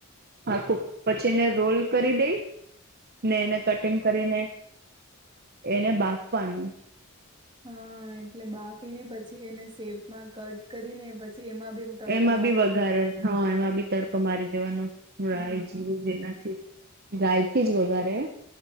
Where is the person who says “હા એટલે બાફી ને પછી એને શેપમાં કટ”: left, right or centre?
Right